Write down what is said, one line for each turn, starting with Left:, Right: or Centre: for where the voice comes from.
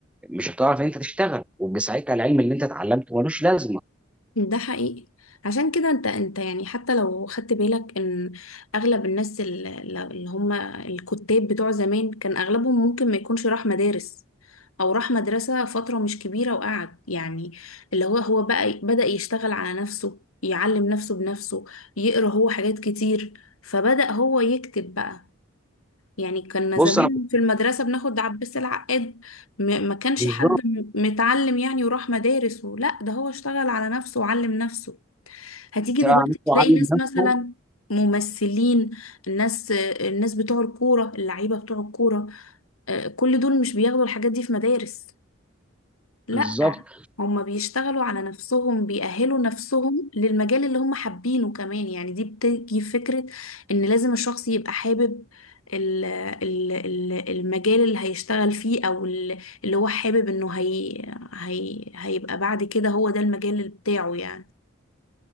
Centre: مش هتعرف ان انت تشتغل ويبقى ساعتها العلم اللي انت اتعلمته ملوش لازمه
Left: ده حقيقي عشان كده انت انت يعني حتى لو خدت بالك ان اغلب الناس ال- ال- اللي هم الكتاب بتوع زمان كان اغلبهم ممكن ما يكونش راح مدارس او راح مدرسة فترة مش كبيرة وقعد يعني اللي هو هو بقى بدأ يشتغل على نفسه يعلم نفسه بنفسه يقرأ هو حاجات كتير فبدأ هو يكتب بقى يعني كنا
Centre: بص
Left: زمان
Centre: انا كنت
Left: في المدرسة بناخد عباس العقاد م- ما كانش
Centre: بالظبط
Left: حد م- متعلم يعني وراح مدارس و- لا ده هو اشتغل على نفسه وعلم نفسه هتيجي
Centre: بتاع
Left: دلوقتي
Centre: نفسه
Left: تلاقي
Centre: علم
Left: ناس
Centre: نفسه
Left: مثلا ممثلين الناس الناس بتوع الكورة اللعيبة بتوع الكورة آه، كل دول مش بياخدوا الحاجات دي في مدارس لأ
Centre: بالظبط
Left: هما بيشتغلوا على نفسهم بيأهلوا نفسهم للمجال اللي هم حابينه كمان يعني دي بتيجي فكرة إن لازم الشخص يبقى حابب ال- ال- ال- المجال اللي هيشتغل فيه أو ال- اللي هو حابب إنه هي هي هيبقى بعد كده هو ده المجال اللي بتاعه يعني